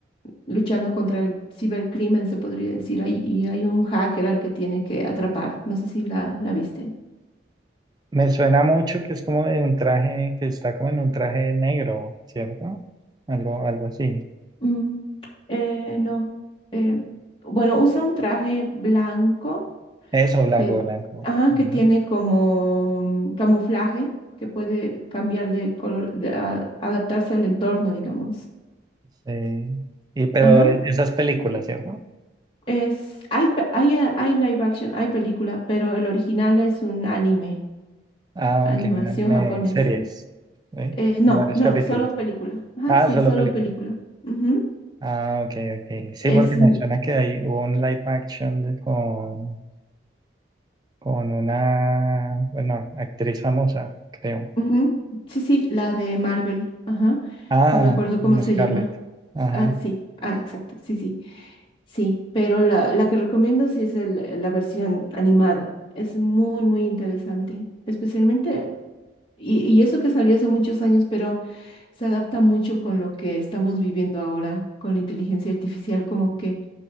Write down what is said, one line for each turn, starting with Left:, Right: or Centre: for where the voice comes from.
Left: luchando contra el cibercrimen, se podría decir, ahí, y hay un hacker al que tiene que atrapar. No sé si la, la viste.
Right: Me suena mucho que es como de un traje, que está como en un traje negro, ¿cierto? Algo, algo así.
Left: Mm, eh, no. eh, bueno, usa un traje blanco
Right: Eso, blanco,
Left: que,
Right: blanco.
Left: ajá,
Right: Ujú.
Left: que tiene como mm, camuflaje, que puede cambiar de color, de, a- adaptarse al entorno, digamos.
Right: Sí. Y pero
Left: Ajá.
Right: esas películas,
Left: Mm.
Right: ¿cierto?
Left: Es, hay, pe- hay, eh, hay live action, hay película, pero el original es un anime.
Right: Ah,
Left: Animación
Right: ok, un anime
Left: japonesa.
Right: de series, ¿sí?
Left: Eh, no,
Right: De varios
Left: no,
Right: capítulos.
Left: solo película. Ajá,
Right: Ah,
Left: sí,
Right: solo
Left: solo
Right: películas.
Left: película. Ujú.
Right: Ah, ok, ok. Sí,
Left: Es,
Right: porque
Left: mm,
Right: me suena que hay hubo un live action de- con, con una, bueno, actriz famosa, creo.
Left: ujú. Sí, sí, la de Marvel. Ajá.
Right: Ah,
Left: No me acuerdo cómo se
Right: Scarlett.
Left: llama.
Right: Ajá.
Left: Ah, sí, ah, exacto, sí, sí. Sí, pero la, la que recomiendo sí es el- la versión animada. Es muy, muy interesante. Especialmente, y, y eso que salió hace muchos años, pero se adapta mucho con lo que estamos viviendo ahora, con la inteligencia artificial, como que